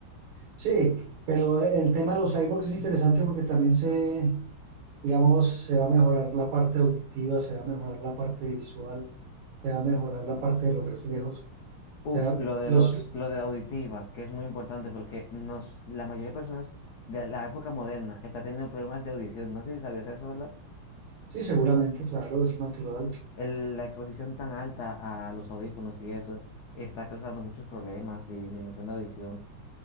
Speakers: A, on the right (about 85°); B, on the left (about 80°).
A: sí, pero el tema de los cyborgs es interesante porque también se, digamos, se va a mejorar la parte auditiva, se va a mejorar la parte visual, se va a mejorar la parte de los reflejos.
B: Uf,
A: O sea,
B: lo de
A: los,
B: los, lo de la auditiva, que es muy importante porque nos, la mayoría de personas de la época moderna está teniendo problemas de audición. No sé si sabías eso, ¿verdad?
A: Sí, seguramente, claro, es natural.
B: El- la exposición tan alta a los audífonos y eso está causando muchos problemas y disminución de audición.